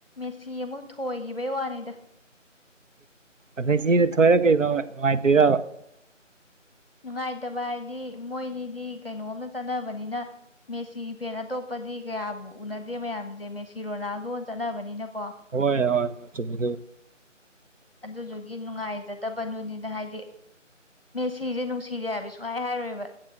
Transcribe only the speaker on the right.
ꯑꯗꯩ ꯁꯤꯗ ꯊꯣꯏꯔꯛꯀꯦ ꯅꯨꯡꯉꯥꯏꯇꯣꯏꯗꯕ
ꯍꯣꯏ ꯍꯣꯏ ꯍꯣꯏ ꯆꯃꯤ